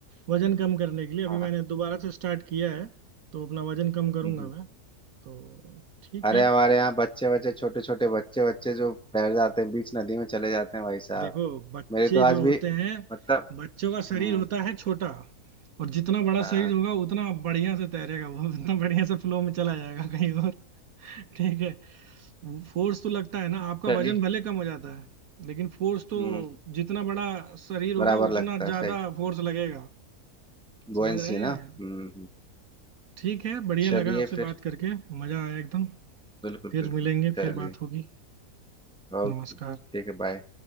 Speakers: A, on the right (about 65°); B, in the centre.
A: वजन कम करने के लिए अभी
B: हाँ
A: मैंने दोबारा से स्टार्ट किया है तो अपना वजन कम करूंगा
B: हम्म। हम्म।
A: मैं तो ठीक
B: अरे
A: है
B: हमारे यहाँ बच्चे बच्चे छोटे छोटे बच्चे बच्चे जो तैर जाते हैं बीच नदी में चले जाते हैं भाई साहब
A: देखो बच्चे
B: मेरे तो आज
A: जो
B: भी
A: होते हैं
B: मतलब
A: बच्चों का शरीर
B: हम्म
A: होता है छोटा और जितना बड़ा
B: हाँ
A: शरीर होगा उतना बढ़िया से तैरेगा वो उतना बढ़िया से फ्लो में चला जाएगा कहीं तो। ठीक है फोर्स तो लगता है ना आपका
B: चलिए
A: वजन भले कम हो जाता है लेकिन फोर्स तो
B: हम्म
A: जितना बड़ा शरीर होगा
B: बराबर
A: उतना
B: लगता है
A: ज्यादा
B: सही
A: फोर्स लगेगा समझ
B: गोइंसी
A: रहे हैं
B: ना हम्म हम्म।
A: ठीक है बढ़िया
B: चलिए
A: लगा आपसे
B: फिर
A: बात करके मजा आया एकदम
B: बिल्कुल
A: फिर
B: बिल्कुल
A: मिलेंगे
B: चलिए
A: फिर बात होगी
B: ओके
A: नमस्कार
B: ठीक है बाय